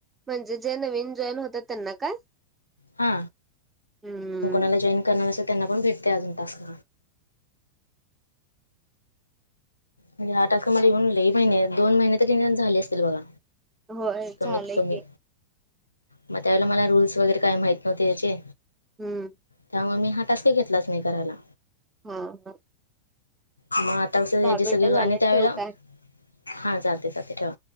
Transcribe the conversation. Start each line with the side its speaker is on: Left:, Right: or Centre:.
Right: म्हणजे जे नवीन जॉईन होतात त्यांना काय?
Left: हा
Right: हम्म.
Left: कोणाला म जॉईन करणार असल त्यांना पण भेटतय अजून टास्क. म्हणजे हा टास्क मला येऊन लय महिने दोन महिने तर निदान झाले असतील बघा.
Right: होय
Left: कमीत
Right: झालंय
Left: कमी
Right: की.
Left: म त्यावेळेला मला रूल्स वगैरे काय माहीत नव्हते याचे
Right: हूं
Left: त्यामुळ मी हा टास्क घेतलाच नाय करायला.
Right: हा काय
Left: म आता कस याची
Right: मिनिटं
Left: सगळी रूळ
Right: झालं
Left: आणि त्यावेळे
Right: ठेवू काय?
Left: हा चालते चालते ठेवा.